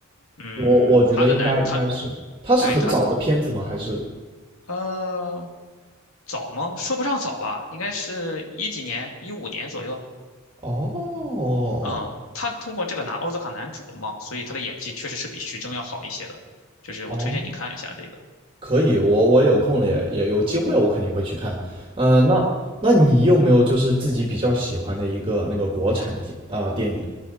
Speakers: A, on the left (about 80°); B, on the right (about 25°).
A: 嗯，
B: 我我觉得应该应该是，
A: 他的男他
B: 它是很早的片子吗？
A: 对他
B: 还是？
A: 呃早吗？说不上早吧，应该是一几年，一五年左右。
B: 哦
A: 嗯，他通过这个拿奥斯卡男主了嘛，所以他的演技确实是比徐峥要好一些的，就是我推荐你看一下这个，
B: 哦，可以，我我有空了也也有机会了，我肯定会去看。呃，那那你有没有就是自己比较喜欢的一个那个国产的电呃电影啊？